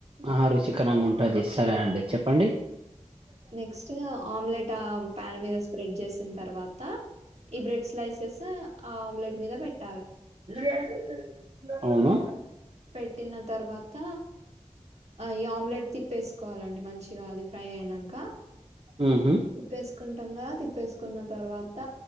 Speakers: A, on the right (about 45°); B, on the right (about 60°).
A: ఆ రుచికరంగా ఉంటుది సరే అండి చెప్పండి
B: నెక్స్ట్ ఆమ్లెట్ ఆ ప్యాన్ మీద స్ప్రెడ్ చేసింది తర్వాత ఈ బ్రెడ్ స్లైసెస్ ఆ ఆమ్లెట్ మీద పెట్ట
A: <inaudible> అవునా
B: పెట్టిన తర్వాత ఈ ఆమ్లెట్ తిప్పేసుకోవాలండి మంచిగా అది ఫ్రై అయినాక
A: ఉహు
B: తిప్పేసుకో కుాం కదా తిప్పేసుకున్న తర్వాత